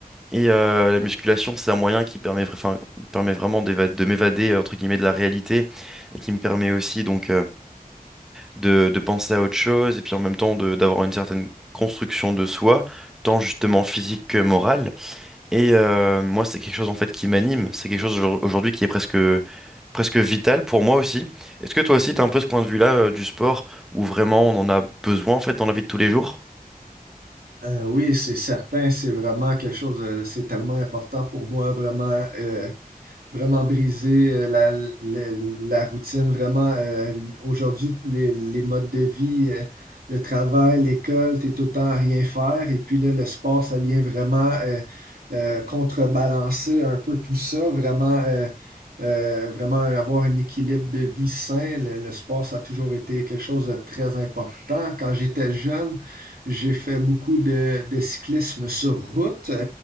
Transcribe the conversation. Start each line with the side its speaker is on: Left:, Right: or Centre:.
Centre: Et euh, la musculation c'est un moyen qui permet, enfin, permet vraiment d'éva- de m'évader entre guillemets de la réalité et qui me permet aussi donc euh, de, de penser à autre chose et puis en même temps de d'avoir une certaine construction de soi, tant justement physique que morale. Et euh, moi, c'est quelque chose en fait qui m'anime, c'est quelque chose au- aujourd'hui qui est presque presque vital pour moi aussi. Est-ce que toi aussi, tu as un peu ce point de vue-là euh, du sport où vraiment on en a besoin en fait dans la vie de tous les jours?
Right: Euh, oui, c'est certain, c'est vraiment quelque chose, euh, c'est tellement important pour moi, vraiment. euh, vraiment briser euh, la, la- la routine, vraiment euh, aujourd'hui, les, les modes de vie, euh, le travail, l'école, t'es tout le temps à rien faire. Et puis là, le sport, ça vient vraiment euh, euh, contrebalancer un peu tout ça, vraiment, euh, euh, vraiment avoir un équilibre de vie sain. Le, le sport, ça a toujours été quelque chose de très important. Quand j'étais jeune, j'ai fait beaucoup de, de cyclisme sur route.